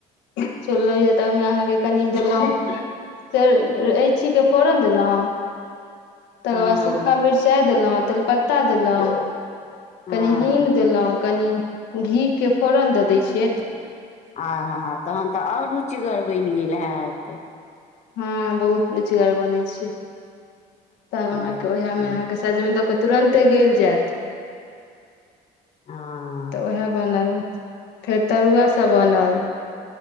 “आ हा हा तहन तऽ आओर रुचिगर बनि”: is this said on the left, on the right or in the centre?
Left